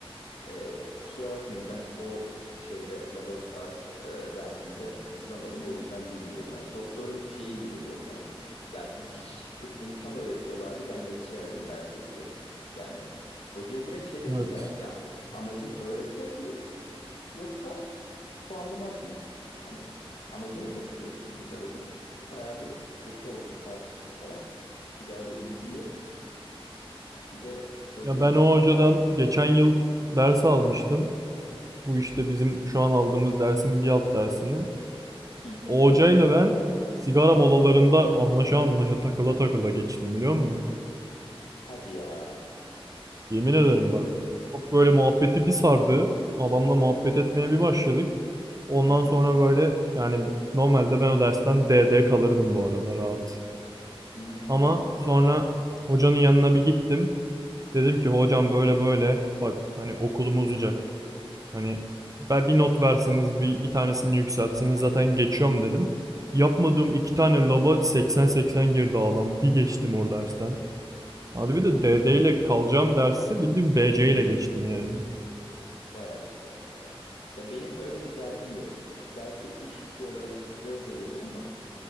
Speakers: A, on the left; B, on the right.
A: Ee, kusura bakmayın ben o şeyde laboratuvar e, dersinde katılamadım. O yüzden bilmiyorum. Yani doktorun şeyi gibi bu. Hani ya dikiş kısmını tam öğretiyorlardı. Ben yetişemedim derse gibi. Yani hocaya direkt şey dedim
B: Evet.
A: ya. Ya amacın öğretmek mi yoksa puanlamak mı? Hani amacını kaçırıyorsun burada dedim. Bayağı bir kötü oldu tartıştık falan. Bir daha da ümidim yok. Bir de hocaya
B: Ya ben
A: gittikten
B: o hocadan geçen yıl ders almıştım. Bu işte bizim şu an aldığımız dersin bir alt dersini.
A: Hı hı.
B: O hocayla ben sigara molalarında anlaşa anlaşa takıla takıla geçtim biliyor musun?
A: hadi ya.
B: Yemin ederim
A: O
B: bak. Çok böyle muhabbeti bir sardı. Adamla muhabbet etmeye bir başladık. Ondan
A: zaman
B: sonra böyle yani normalde ben o dersten DD kalırdım bu arada rahat.
A: Hmm,
B: Ama sonra hocanın yanına bir gittim. Dedim ki hocam böyle böyle bak hani okulum uzayacak. Hani ben bir not verseniz bir, bir tanesini yükseltseniz zaten geçiyorum dedim. Yapmadığım iki tane laba 80-80 girdi adam. Bir geçtim o dersten. Hadi bir de
A: Hı hı.
B: DD ile kalacağım dersi bildiğin BC ile geçtim yani.
A: Vay arkadaş ya. Ya benim öyle bir derdim yok. Belki iş yükü olarak zor geliyordur ama